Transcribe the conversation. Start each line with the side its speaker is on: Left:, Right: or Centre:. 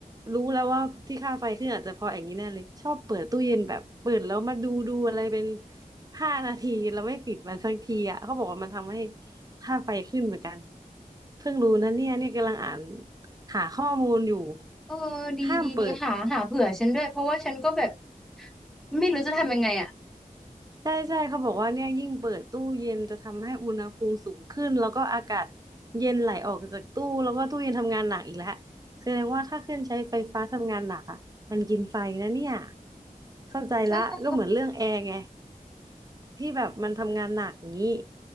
Right: รู้แล้วว่าที่ค่าไฟขึ้นอาจจะเพราะอย่างนี้แน่เลยชอบเปิดตู้เย็นแบบเปิดแล้วมาดูดูอะไรเป็นห้านาทีแล้วไม่ปิดมันสักทีอ่ะเขาบอกว่ามันทำให้ค่าไฟขึ้นเหมือนกันเพิ่งรู้นะเนี่ยเนี่ยกำลังอ่านหาข้อมูลอยู่
Centre: เออดีดีดีหาหาเผื่อฉันด้วยเพราะว่าฉันก็แบบ
Right: ห้ามเปิด
Centre: ไม่รู้จะทำยังไงอ่ะ
Right: ใช่ใช่เขาบอกว่าเนี่ยยิ่งเปิดตู้เย็นจะทำให้อุณหภูมิสูงขึ้นแล้วก็อากาศเย็นไหลออกจากตู้แล้วก็ตู้เย็นทำงานหนักอีกแล้วแสดงว่าถ้าเครื่องใช้ไฟฟ้าทำงานหนักอ่ะมันกินไฟนะเนี่ยเข้าใจละก็เหมือนเรื่องแอร์ไง
Centre: เออ
Right: ที่แบบมันทำงานหนักงี้